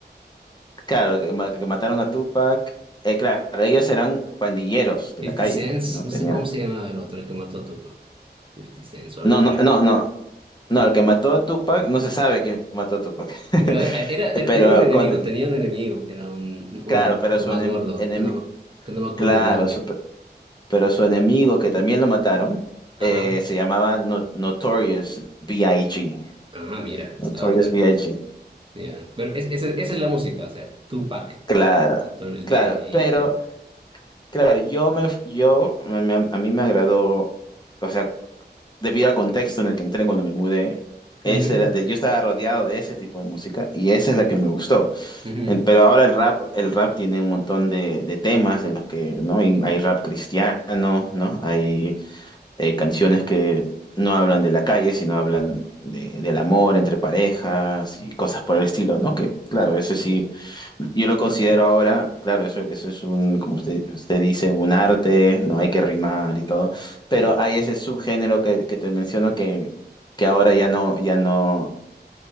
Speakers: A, on the left; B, on the right.
A: Claro, que, ma- que mataron a Tupac. Eh, claro, ellos eran pandilleros de
B: Fifty
A: la calle,
B: Cents,
A: ¿no?
B: no
A: Tenía,
B: sé cómo se llamaba el otro, el que mató a Tupac, Fifty Cents o algo
A: no,
B: por
A: no,
B: ahí.
A: no, no. No, el que mató a Tupac, no se sabe quién mató a Tupac. <laughs>
B: Pero eh, era, era-
A: Pero
B: tenía un enemigo,
A: con,
B: tenía un enemigo, que era un, un
A: claro, pero
B: tipo
A: su
B: más
A: enem-
B: gordo,
A: enem-
B: que no, me- que no me acuerdo
A: claro,
B: el nombre.
A: su- pero su enemigo que también lo mataron,
B: Ajá,
A: eh, se llamaba No- Notorious B.I.G.
B: ah, mira,
A: Notorious
B: estaba perdido.
A: B.I.G.
B: Ya, Pero es- esa esa es la música, o sea, Tupac.
A: Claro,
B: Notorious
A: claro,
B: B.I.G.
A: pero
B: eh,
A: claro, yo me, yo me- me- a mí me agradó, o sea, debido al contexto en el que entré cuando me mudé, ese
B: Ujú,
A: era- de- yo estaba rodeado de ese tipo de música y esa es la que me gustó.
B: ujú,
A: En- Pero ahora el rap, el rap tiene un montón de, de temas en los que, ¿no? Y Hay rap cristiano, ¿no? Hay eh, canciones que no hablan de la calle, sino hablan de- del amor entre parejas y cosas por el estilo, ¿no? Que, claro, eso sí, yo lo considero
B: ujú.
A: ahora, claro, eso, eso es un, como usted, usted dice, un arte, no hay que rimar y todo, pero
B: Sí,
A: hay ese subgénero que, que te menciono que, que ahora ya no, ya no,